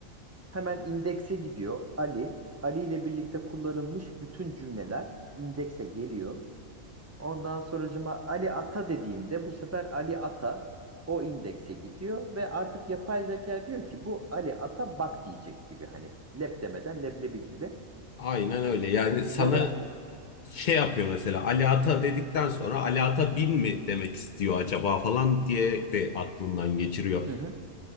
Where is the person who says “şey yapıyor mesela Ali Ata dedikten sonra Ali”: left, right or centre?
Left